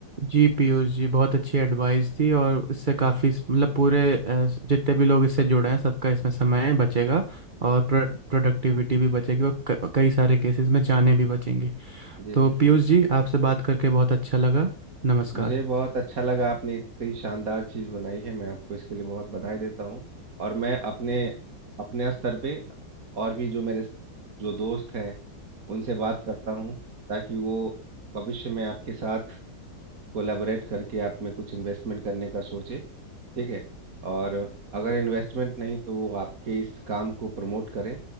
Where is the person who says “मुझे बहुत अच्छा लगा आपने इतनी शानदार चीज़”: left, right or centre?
Right